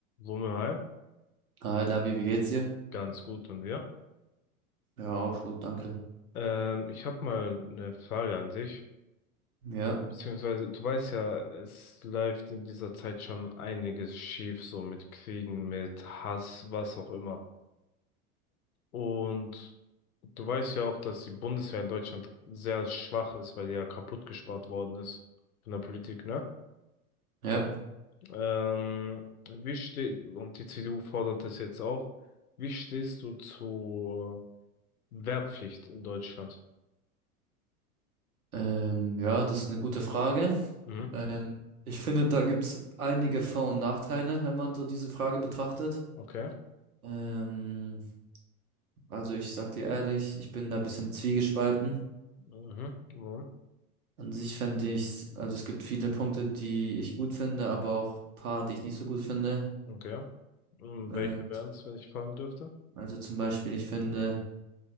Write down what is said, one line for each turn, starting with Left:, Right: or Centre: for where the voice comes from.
Left: Wumme,
Right: Hi Labi, wie geht's dir?
Left: Ganz gut und wir.
Right: Ja, auch gut, danke.
Left: Ähm, ich habe mal eine Frage an dich.
Right: Ja,
Left: Beziehungsweise, du weißt ja, es läuft in dieser Zeit schon einiges schief, so mit Kriegen, mit Hass, was auch immer. Und du weißt ja auch, dass die Bundeswehr in Deutschland sehr schwach ist, weil die ja kaputt gespart worden ist von der Politik, ne?
Right: ja.
Left: Ähm, wie steht, und die CDU fordert das jetzt auch. Wie stehst du zur Wehrpflicht in Deutschland?
Right: Ähm, ja, das ist eine gute Frage.
Left: Mhm.
Right: Ähm, ich finde, da gibt's einige Vor- und Nachteile, wenn man so diese Frage betrachtet.
Left: Okay.
Right: Ähm, also ich sag dir ehrlich, ich bin da ein bisschen zwiegespalten.
Left: Mhm. Mhm.
Right: An sich fände ich, also es gibt viele Punkte, die ich gut finde, aber auch paar, die ich nicht so gut finde.
Left: Okay. Mhm.
Right: Ähm,
Left: Welche wären es, wenn ich fragen dürfte?
Right: also zum Beispiel, ich finde,